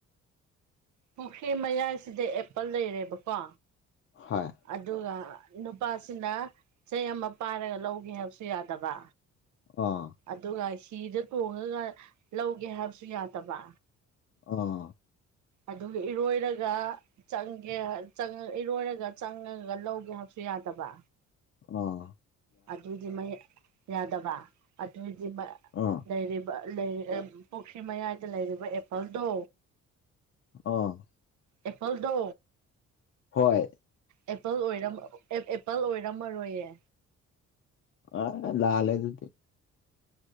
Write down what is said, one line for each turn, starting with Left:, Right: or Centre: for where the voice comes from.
Right: ꯄꯨꯨꯡꯈ꯭ꯔꯤ ꯃꯌꯥꯏꯁꯤꯗ ꯑꯦꯄꯜ ꯂꯩꯔꯦꯕꯀꯣ
Left: ꯍꯣꯏ
Right: ꯑꯗꯨꯒ ꯅꯨꯄꯥꯁꯤꯅ ꯆꯩ ꯑꯃ ꯄꯥꯏꯔꯒ ꯂꯧꯒꯦ ꯍꯥꯏꯕꯁꯨ ꯌꯥꯗꯕ
Left: ꯑ
Right: ꯑꯗꯨꯒ ꯍꯤꯗ ꯇꯣꯡꯉꯒ ꯂꯧꯒꯦ ꯍꯥꯏꯕꯁꯨ ꯌꯥꯗꯕ
Left: ꯑꯥ
Right: ꯑꯗꯨꯒ ꯏꯔꯣꯏꯔꯒ ꯆꯪꯒꯦ ꯆꯪꯉ ꯏꯔꯣꯏꯔꯒ ꯆꯪꯉꯒ ꯂꯧꯒꯦ ꯍꯥꯏꯕꯁꯨ ꯌꯥꯗꯕ
Left: ꯑ
Right: ꯑꯗꯨꯏꯗꯤ ꯃꯩ ꯌꯥꯗꯕ ꯑꯗꯨꯗꯤ ꯃ
Left: ꯑ
Right: ꯂꯩꯔꯤꯕ ꯂꯩ ꯑ ꯄꯨꯈ꯭ꯔꯤ ꯃꯌꯥꯏꯗ ꯂꯩꯔꯤꯕ ꯑꯦꯄꯜꯗꯣ
Left: ꯑꯣ
Right: ꯑꯦꯄꯜꯗꯣ
Left: ꯍꯣꯏ
Right: ꯑꯦꯄꯜ ꯑꯣꯏꯔꯝ ꯑꯦ ꯑꯦꯄꯜ ꯑꯣꯏꯔꯝꯃꯔꯣꯏꯌꯦ
Left: ꯑ ꯂꯥꯂꯦ ꯑꯗꯨꯗꯤ